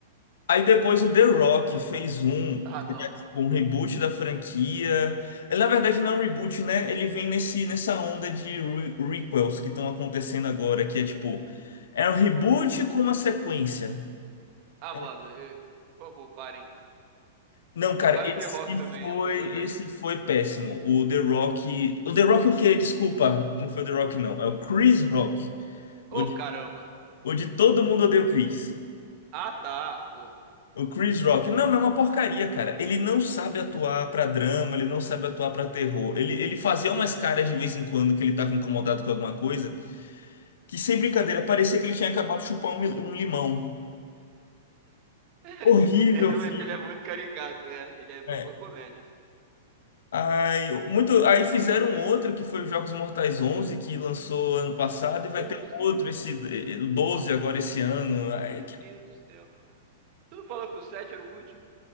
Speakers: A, on the left; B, on the right.
A: Aí depois o The Rock fez um,
B: Ah, não.
A: que é tipo um reboot da franquia. Ele, na verdade, não é um reboot, né? Ele vem nesse, nessa onda de re requels que estão acontecendo agora, que é tipo, é um reboot com uma sequência.
B: Ah,
A: É,
B: mano, eh, por favor, parem.
A: Não, cara,
B: E para
A: esse
B: o The Rock também,
A: foi,
B: aposenta
A: esse
B: ele.
A: foi péssimo. O The Rock. O The Rock o quê? Desculpa, não foi o The Rock, não. É o Chris Rock. O
B: Ô,
A: de,
B: caramba.
A: o de todo mundo odeia o Chris.
B: Ah, tá, porra.
A: O Chris Rock, não, mas é uma porcaria, cara. Ele não sabe atuar pra drama, ele não sabe atuar pra terror. Ele, ele fazia umas caras de vez em quando que ele tava incomodado com alguma coisa, que sem brincadeira, parecia que ele tinha acabado de chupar um, mi- um limão.
B: <laughs>
A: Horrível,
B: É, realmente,
A: filho.
B: ele é muito caricato, é. Ele é boba
A: É.
B: comédia.
A: Aí, muito, aí fizeram outro que foi os Jogos Mortais 11, que lançou ano passado, e vai
B: 11.
A: ter outro, esse eh, 12 agora esse ano. Aí
B: Meu
A: que-
B: Deus do céu, cara. Tu não falou que o 7 era o último?